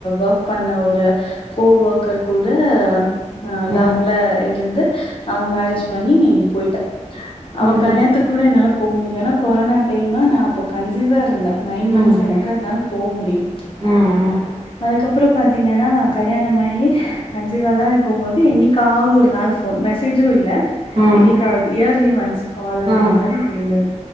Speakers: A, on the left; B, on the right.
A: ஒர்க் பண்ண ஒரு கோவர்க்கர் கூட ஆ
B: ம்
A: லவ்ல இருந்து அவ மேரேஜ் பண்ணி போயிட்டா அவ
B: ம்
A: கல்யாணத்துக்கு கூட என்னால போ முடில ஆனா கொரோனா டைம் நா அப்ப கன்ஜிவா இருந்தேன் நைன் மந்த்ஸ்
B: ம்
A: எனக்கு அதனால போ முடில
B: ம் ம்
A: அதுக்கப்புறம் பாத்தீங்கின்னா கல்யாணம்மாகி கன்சிவாலா இருக்கு போது என்னிக்காவது ஒரு நாள் ஃபோன் மெசேஜும் இல்ல
B: ம்
A: என்னிக்காவது இயர்லி ஓன்ஸ் கால் என்ற
B: ம்
A: மாறி இருந்தது